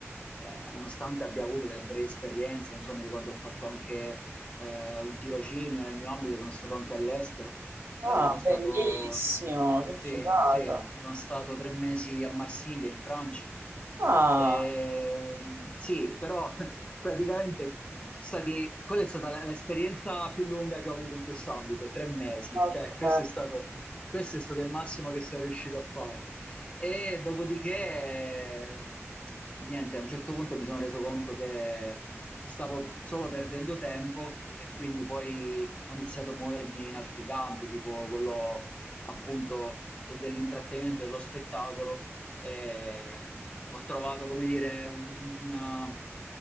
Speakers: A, on the left; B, on the right.
A: eh, nonostante abbia avuto delle brevi esperienze, non so, mi ricordo ho fatto anche eh, un tirocinio nel mio ambito, sono stato anche all'estero,
B: Ah,
A: eh, sono stato,
B: bellissimo, che
A: sì,
B: figata.
A: sì, sono stato tre mesi a Marsiglia, in Francia.
B: Ah,
A: Eh, sì, però praticamente sono stati, quella è stata la- l'esperienza più lunga che ho avuto in questo ambito, tre mesi,
B: ok.
A: cioè questo è stato, questo è stato il massimo che sono riuscito a fare. E dopodiché, eh, niente, a un certo punto mi sono reso conto che stavo solo perdendo tempo e quindi poi ho iniziato a muovermi in altri campi, tipo quello appunto dell'intrattenimento, dello spettacolo e ho trovato, come dire, una,